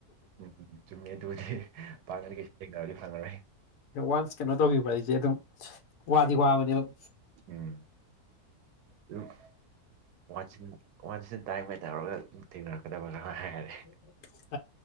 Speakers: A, on the right; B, on the left.
A: ꯎꯝ ꯎꯝ ꯎꯨꯝ ꯆꯨꯝꯃꯦ ꯑꯗꯨꯕꯨꯗꯤ ꯄꯥꯛꯅꯗꯤ ꯀꯩꯁꯨ ꯊꯦꯡꯅꯕꯗꯤ ꯐꯪꯉꯔꯣꯏ
B: ꯋꯥꯟꯁ ꯀꯩꯅꯣ ꯇꯧꯈꯤꯕ ꯍꯥꯏꯁꯦ ꯑꯗꯨꯝ ꯋꯥꯗꯤ ꯋꯥꯕꯅꯦ ꯑꯗꯨꯝ
A: ꯎꯝ ꯝ ꯋꯥꯟꯁꯤꯟ ꯋꯥꯟ ꯁꯤꯟ ꯇꯥꯏꯕ ꯇꯧꯔꯒ <unintelligible> <unintelligible> <unintelligible> ꯊꯦꯡꯅꯔꯛꯀꯗꯧꯕꯗ ꯉꯥꯢꯔꯦ
B: <unintelligible> <unintelligible>